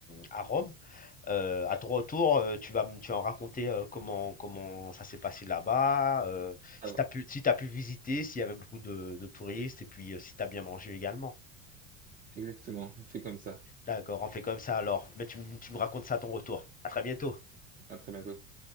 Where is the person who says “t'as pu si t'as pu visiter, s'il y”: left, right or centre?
Left